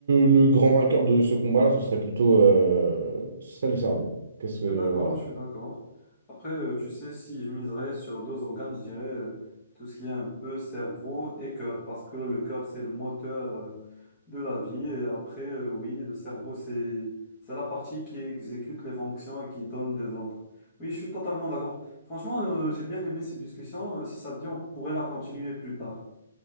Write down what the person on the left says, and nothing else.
Je suis d'accord,
je suis d'accord. Après, euh, tu sais, si je miserais sur deux organes, je dirais euh, tout ce qui est un peu cerveau et cœur, parce que le cœur, c'est le moteur euh, de la vie. Et après, euh, oui, le cerveau, c'est c'est la partie qui exécute les fonctions et qui donne des ordres. Oui, je suis totalement d'accord. Franchement, euh, j'ai bien aimé cette discussion. Euh, Si ça te dit, on pourrait la continuer plus tard.